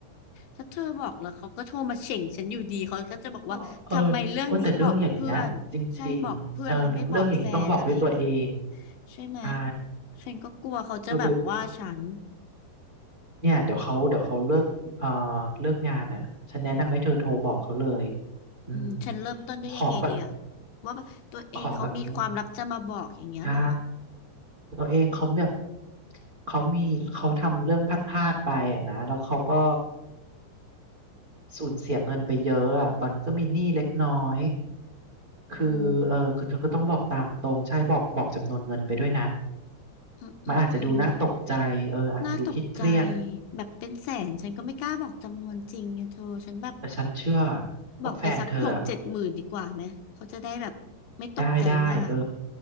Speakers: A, on the left (about 85°); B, on the right (about 45°).
A: ถ้าเธอบอกแล้วเขาก็โทรมาเฉ่งฉันอยู่ดีเขาก็จะบอกว่าทำไมเรื่องนี้บอกเพื่อนใช่บอกเพื่อนแล้วไม่บอกแฟนอะไรอย่างเงี้ย
B: เออเออโอ้แต่เรื่องอย่างเงี้ยจริงๆเออเรื่องเรื่องอย่างนี้ต้องบอกด้วยตัวเอง
A: ใช่ไหม
B: ใช่
A: ฉันก็กลัวเขาจะแบบว่าฉัน
B: เธอไปเนี่ยเดี๋ยวเขาเดี๋ยวเขาเลิกเอ่อเลิกงานอ่ะฉันแนะนำให้เธอโทรบอกเขาเลยอืม
A: อืมฉันเริ่มต้นได้ยังไงดีอะ
B: ของแบบ
A: ว่าแบบตัวเองเขามีความลับจะมาบอกอย่างเงี้ยเหรอ
B: ของแบบนี้ใช่ตัวเองเขาแบบเขามีเขาทำเรื่องพลาดๆไปอ่ะนะแล้วเขาก็สูญเสียเงินไปเยอะอ่ะตอนนี้ก็มีหนี้เล็กน้อยคือเออคือเธอก็ต้องบอกตามตรงใช่บอกบอกจำนวนเงินไปด้วยนะ
A: โอ้อืมอืมอืม
B: มันอาจจะดูน่าตกใจเอออาจจะดูเครียดๆ
A: น่าตกใจแบบเป็นแสนฉันก็ไม่กล้าบอกจำนวนจริงไงเธอฉันแบบ
B: แต่ฉันเชื่อว่าแฟนเธออะ
A: บอกไปสักหกเจ็ดหมื่นดีกว่าไหมเขาจะได้แบบไม่ตกใจมาก
B: ได้ได้เออ